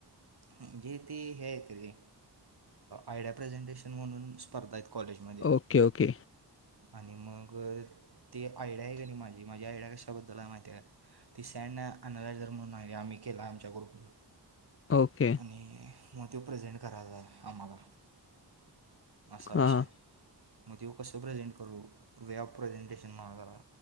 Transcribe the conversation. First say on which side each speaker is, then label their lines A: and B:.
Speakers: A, on the right (about 60°); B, on the left (about 35°).
A: म्हणजे ते हे आहे रे आयडिया प्रेझेंटेशन म्हणून स्पर्धा कॉलेजमध्ये
B: ओके ओके
A: आणि मग ती आयडिया आहे का नाही माझी माझी आयडिया कशाबद्दल आहे माहिती आहे. ती सँड आणनला जर म्हणून आली आम्ही केला आमच्या ग्रुपन.
B: ओके
A: आणि मग तो प्रेझेंट करायला आम्हाला असा विषय
B: हां हां.
A: आहे. मग तेव कसं प्रेझेंट करू वे ऑफ प्रेझेंटेशन मझला